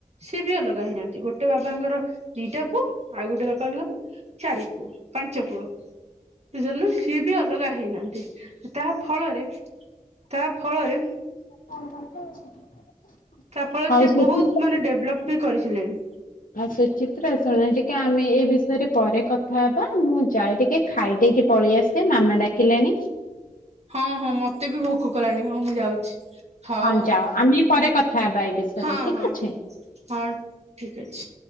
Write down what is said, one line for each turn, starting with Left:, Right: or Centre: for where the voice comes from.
Right: ସିଏ ବି ଅଲଗା ହେଇନାହାନ୍ତି ଗୋଟେ ବାବାଙ୍କର ଦିଟା ପୁଅ ଆଉ ଗୋଟେ ବାପାଙ୍କର ଚାରି ପୁଅ ପାଞ୍ଚ ପୁଅ ଯେଲେ ସିଏ ବି ଅଲଗା ହେଇନାହାନ୍ତି। ତାହା ଫଳରେ ତା ଫଳରେ।
Left: <inaudible>
Right: ତା ଫଳରେ
Left: ଆଉ
Right: ସେ
Left: ସୁଚିତ୍ରା
Right: ବହୁତ ମାନେ ଡେଭଲପ ବି କରିସାରିଲେନି।
Left: ଆଉ ସୁଚିତ୍ରା ଶୁଣ ଟିକେ ଆମେ ଏ ବିଷୟରେ ପରେ କଥା ହେବା ମୁଁ ଯାଏ ଟିକେ ଖାଇଦେଇକି ପଳେଇ ଆସ-। ସେ ମାମା ଡାକିଲେଣି।
Right: ହଁ ହଁ ମତେ ବି ଭୋକ କଲାଣି ହଉ ମୁଁ ଯାଉଛି। ହଉ
Left: ହଁ
Right: ହଉ
Left: ଯାଅ ଆମେ ପରେ କଥା ହେବା ଏ ବିଷୟରେ
Right: ହଁ
Left: ଠିକ୍
Right: ହଁ
Left: ଅଛି।
Right: ହଁ ଠିକ୍ ଅଛି।